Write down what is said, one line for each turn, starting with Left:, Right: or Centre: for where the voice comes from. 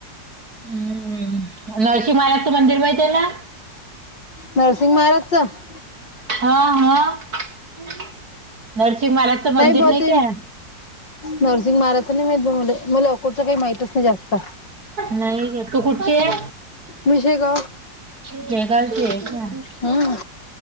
Right: हम्म नर्शी महाराजांच मंदिर माहीती आहे ना?
Left: नरसिंग महाराजच.
Right: हां हां नरसिंग महाराजच मंदिर
Left: ब
Right: नाही
Left: ते
Right: का.
Left: नरसिंग महाराजच नाही माहीत नाही बा मले मला कुठल काही माहीतच नाही जास्त.
Right: नाही ग तू कुठची आहे?
Left: मी शेगाव
Right: शेगाव ची हाय का?
Left: हम्म